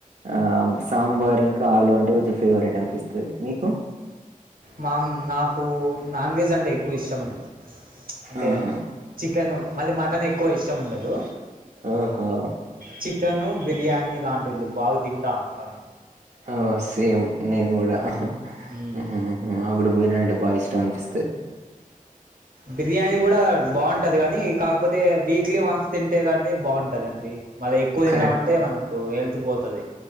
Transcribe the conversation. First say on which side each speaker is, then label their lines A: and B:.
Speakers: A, on the right; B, on the right.
A: ఆ సాంబార్ ఇంకా ఆలు అంటే కొంచెం ఫేవరెట్ అనిపిస్తది మీకు
B: మామ్ నాకు నాన్ వెజ్ అంటే ఎక్కువ ఇష్టము ప్చ్ అంటే
A: ఆహా
B: చికెను, మళ్ళీ మటన్ ఎక్కువ ఇష్టముండదు.
A: ఓహో
B: చికెను, బిర్యానీ ఇలాంటివి బాగా తింటా అండి
A: ఓ, సేమ్ నేను కూడా
B: ఆ, మ్మ్.
A: ఉహు హు అవును బిర్యానీ అంటే బాగా ఇష్టమనిపిస్తాది.
B: బిర్యానీ కూడా బాగుంటది కానీ కాకపోతే వీక్లీ వన్స్ తింటే కాడిది బాగుంటాదండి మళ్ళీ ఎక్కువ తిన్నామంటే
A: కరెక్ట్
B: మనకు హెల్త్ పోతాది.